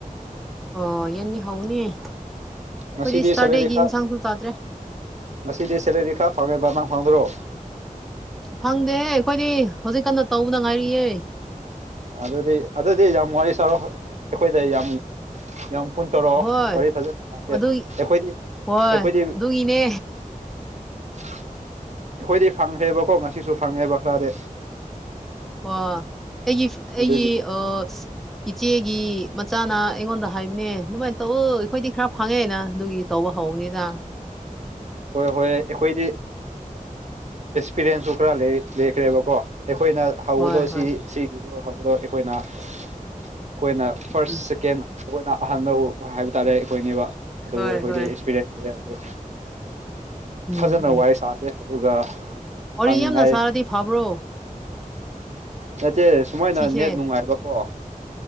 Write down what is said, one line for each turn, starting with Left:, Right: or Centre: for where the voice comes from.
Centre: ꯑꯣ ꯌꯦꯟꯗꯤ ꯍꯧꯒꯅꯤ ꯑꯈꯣꯏꯗꯤ
Right: ꯉꯁꯤꯗꯤ
Centre: ꯁꯇꯔꯗꯦꯒꯤ
Right: ꯁꯦꯂꯔꯤ ꯈꯔ
Centre: ꯏꯟꯁꯥꯡꯁꯨ ꯆꯥꯗ꯭ꯔꯦ
Right: ꯉꯁꯤꯗꯤ ꯁꯦꯂꯔꯤꯈꯥ ꯐꯪꯉꯦꯕ ꯅꯪ ꯐꯪꯗꯔꯣ
Centre: ꯐꯪꯗꯦꯍꯦ ꯑꯩꯈꯣꯏꯗꯤ ꯍꯧꯖꯤꯛ ꯀꯟꯅ ꯇꯧꯕꯗ ꯉꯥꯏꯔꯤꯌꯦ
Right: ꯑꯗꯨꯗꯤ ꯑꯗꯨꯗꯤ ꯌꯥꯝ ꯋꯥꯔꯤ ꯁꯥꯔꯣ ꯑꯩꯈꯣꯏꯗ ꯌꯥꯝ ꯌꯥꯝ ꯀꯨꯟ ꯇꯧꯔꯛꯑꯣ
Centre: ꯍꯣꯏ
Right: ꯋꯥꯔꯤ ꯐꯖꯅꯦ
Centre: ꯑꯗꯨꯒꯤ
Right: ꯑꯩꯈꯣꯏꯗꯤ
Centre: ꯍꯣꯏ
Right: ꯑꯩꯈꯣꯏꯗꯤ
Centre: ꯑꯗꯨꯒꯤꯅꯦ
Right: ꯑꯩꯈꯣꯏꯗꯤ ꯐꯪꯗ꯭ꯔꯦꯕꯀꯣ ꯉꯁꯤꯁꯨ ꯐꯪꯉꯦꯕ ꯈꯔꯗꯤ
Centre: ꯋꯥ ꯑꯩꯒꯤꯞꯐ
Right: ꯑꯗꯨꯒꯤ
Centre: ꯑꯩꯒꯤ ꯑ ꯏꯆꯦꯒꯤ ꯃꯆꯥꯅ ꯑꯩꯉꯣꯟꯗ ꯍꯥꯏꯕꯅꯦ ꯑꯗꯨꯃꯥꯏꯟ ꯇꯧꯋꯣ ꯑꯩꯈꯣꯏꯗꯤ ꯈꯔ ꯐꯪꯉꯦꯅ ꯑꯗꯨꯒꯤ ꯇꯧꯕ ꯍꯧꯕꯅꯤꯗ
Right: ꯍꯣꯏ ꯍꯣꯏ ꯑꯩꯈꯣꯏꯗꯤ ꯑꯦꯛꯁꯄꯤꯔꯌꯦꯟꯁꯇꯣ ꯈꯔ ꯂꯩꯌꯦ ꯂꯩꯈ꯭ꯔꯦꯕꯀꯣ ꯑꯩꯈꯣꯏꯅ ꯍꯧꯕꯗꯣ
Centre: ꯍꯣꯏ ꯍꯣꯏ
Right: ꯁꯤ ꯁꯤꯒꯤꯗꯣ ꯍꯧꯕꯗꯣ ꯑꯩꯈꯣꯏꯅ ꯑꯩꯈꯣꯏꯅ ꯐꯥꯔꯁ
Centre: ꯎꯝ
Right: ꯁꯤꯀꯦꯟ ꯑꯈꯣꯏꯅ ꯑꯍꯥꯟꯕꯎ ꯍꯥꯏꯕ ꯇꯥꯔꯦ ꯑꯩꯈꯣꯏꯅꯦꯕ ꯑꯗꯨ
Centre: ꯍꯣꯏ
Right: ꯑꯩꯈꯣꯏꯗꯤ
Centre: ꯍꯣꯏ
Right: ꯑꯦꯛꯁꯄꯤꯔꯦꯟꯁ ꯀꯩꯀꯥꯗꯣ
Centre: ꯎꯝ
Right: ꯐꯖꯅ
Centre: ꯎꯝ
Right: ꯋꯥꯔꯤ ꯁꯥꯁꯦ ꯑꯗꯨꯒ
Centre: ꯋꯥꯔꯤ
Right: ꯐꯪꯅꯤꯡꯉꯥꯏ
Centre: ꯌꯥꯝꯅ ꯁꯥꯔꯗꯤ ꯐꯥꯕ꯭ꯔꯣ
Right: ꯅꯠꯇꯦ ꯁꯨꯃꯥꯏꯅ
Centre: ꯁꯤꯁꯦ
Right: ꯅꯦꯠ ꯅꯨꯡꯉꯥꯏꯕꯀꯣ